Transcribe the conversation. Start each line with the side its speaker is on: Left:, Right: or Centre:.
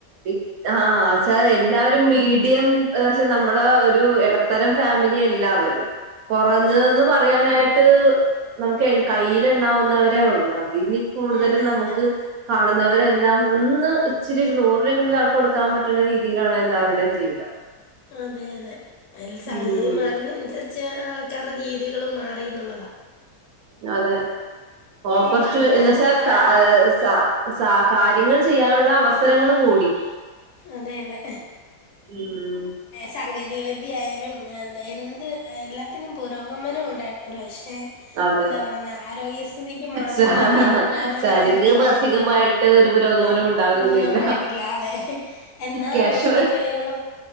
Right: ബിക് ആചാ എല്ലാവരും മീഡിയം പക്ഷെ നമ്മുടെ ഒരു എടത്തരം ഫാമിലി എല്ലാവരും കൊറക്ന്ന്
Left: അതെ.
Right: പറഞ്ഞാ പറയാനായിട്ട് നമുക്ക് കയ്യിൽ എണ്ണാവുന്നവരേ ഒള്ളു അതില് കൂടുതലും
Left: അതെ
Right: നമുക്ക്
Left: അതെ.
Right: കാണുന്നവരെല്ലാം ഒന്ന് ഇച്ചിരി നൂറ് രൂപങ്കിലുംഒരാൾക്ക് കൊടുക്കാൻ പറ്റുന്നെങ്കിൽ ട്ടണ രീതിയിലാണ് എല്ലാവരുടെയും ജീവിതം
Left: അതെ അതെ എൽ സാഹചര്യം
Right: ഉം
Left: മാറുന്നനുസരിച്ച് ചെറ് രീതികളും മാറിന്നുള്ളതാ
Right: അതെ ഓപ്പർച
Left: പാടും ഉണ്ടായിരുന്ന
Right: എന്നച്ചാ
Left: കാലത്ത്
Right: കആസ സ കാര്യങ്ങൾ ചെയ്യാനുള്ള അവസരങ്ങൾ കൂടി
Left: അതെ യതെ
Right: <inaudible>
Left: സാങ്കേതിക വിദ്യയാലും എന്താ എന്ത് എല്ലാത്തിനും പുരോഗമനവും ഉണ്ടായിട്ടുണ്ട് പക്ഷെ
Right: അതെ
Left: എന്താ പറയുന്നെ ആരോഗ്യസ്ഥിതിക്ക് മാത്രം
Right: ശാ
Left: വലിയ പുരോഗമനം
Right: ശാരീരിക
Left: ഒന്നുംണ്ടായിട്ടില്ല
Right: മാനസികമായിട്ട് ഒരു
Left: പുരോഗമനം
Right: ഉണ്ടാകുന്നില്ല
Left: ഉണ്ടായിട്ടില്ല അതെ എന്നാ
Right: ക്യാഷ്
Left: ഹോസ്പിറ്റലുകളും